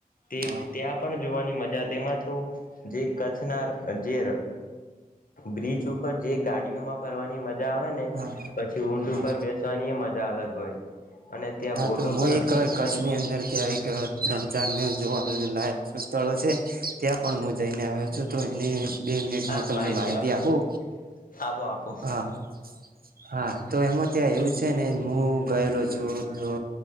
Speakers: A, on the left (about 65°); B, on the right (about 75°).
A: તે
B: હા
A: ત્યા પણ જોવાની મ જા તેમાં તો જે કચ્છના જે બ્રિજ ઉપર જે ગાડીઓમાં ફરવાની મ જા આવે ને
B: હા
A: પછી ઊંટ
B: હા
A: ઉપર બેસવાની એ મજા જા અલગ હોય અને ત્યાં
B: હા
A: બોટો
B: તો હું
A: પણ
B: એક
A: હતી
B: કચ્છની
A: અમે
B: અંદર ક્યાં એક ત્રણ ચાર મે જોવા લાયક સ્થળો છે ત્યાં પણ હું જઈને આવ્યો છું તો એની બે મિનિટ
A: હા
B: હું તમને માહિતી
A: આપશું
B: આપું
A: આપો આપો
B: હા હા તો એમાં ત્યાં એવું છે ને હું ગયેલો છું તો